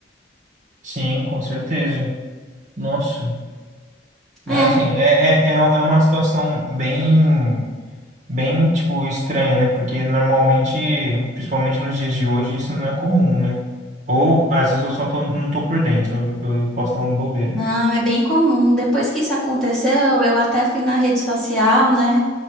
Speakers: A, on the right; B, in the centre.
A: Sim, com certeza. Nossa. É,
B: É,
A: assim, é, é, é é uma situação bem. bem, tipo, estranha, né? Porque normalmente, principalmente nos dias de hoje, isso não é comum, né? Ou às vezes eu só tô, não tô por dentro, eu eu posso estar falando bobeira.
B: não, é bem comum. Depois que isso aconteceu, eu até fui na rede social, né?